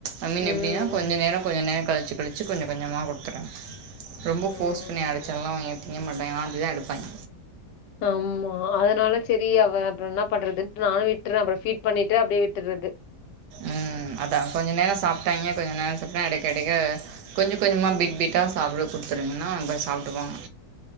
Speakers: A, on the right; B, on the left.
A: ஐ மீன்
B: ம்
A: எப்டின்னா கொஞ்ச நேர கொஞ்ச நேர கழிச்சி கழச்சி கொஞ்ச கொஞ்சமா குடுத்துருங்க ரொம்ப
B: ம்
A: ஃபோர்ஸ் பண்ணி அடிச்சல்லா அவைங்க திங்க மாட்டாய்ங்க வாந்தி தா எடுப்பாய்ங்
B: ஆம்மா அதனால செரி அவ அப்றோ இனா பண்றதுன்ட்டு நானு விட்டுற அப்றோ ஃபீட் பண்ணிட்டு அப்டியே விட்டுறது
A: ம் அதா கொஞ்ச நேரோ சாப்ட்டாய்ங்க கொஞ்ச நேரோ சாப்ட்டா அடைக்க அடைக்க கொஞ்ச கொஞ்சமா பிட் பிட்டா சாப்ட குடுத்துருங்கனா அப்டே சாப்ட்டுகுவாங்க